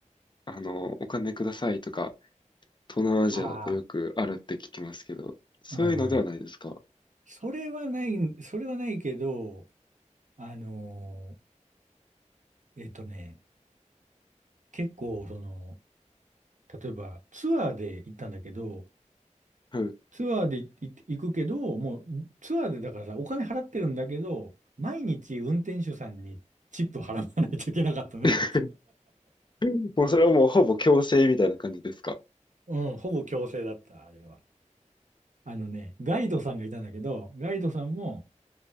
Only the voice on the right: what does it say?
ああ。
うんうん。それはない、それはないけど、あのーえっとね、結構、その、例えばツアーで行ったんだけど、
ツアーでい行くけど、もうツアーでだからさ、お金払ってるんだけど、毎日運転手さんにチップ払わないといけなかったのよ。
うん、ほぼ強制だった、あれは。あのね、ガイドさんがいたんだけど、ガイドさんも、